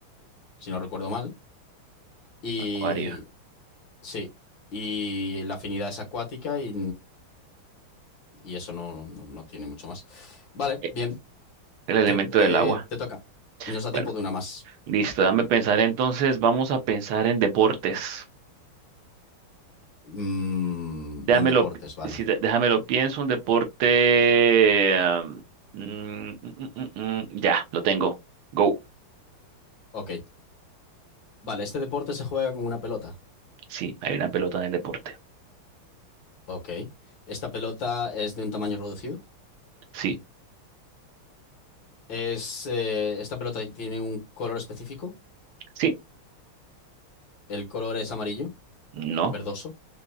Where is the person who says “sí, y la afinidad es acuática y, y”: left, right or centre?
Left